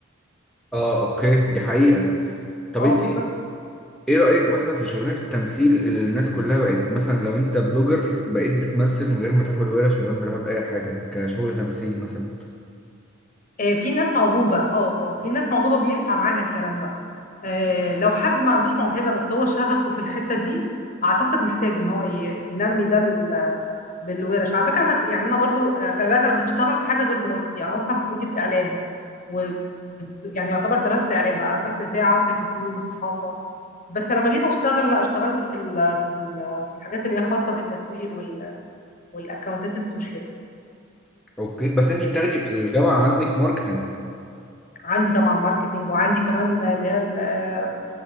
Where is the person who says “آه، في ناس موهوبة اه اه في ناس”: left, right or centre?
Left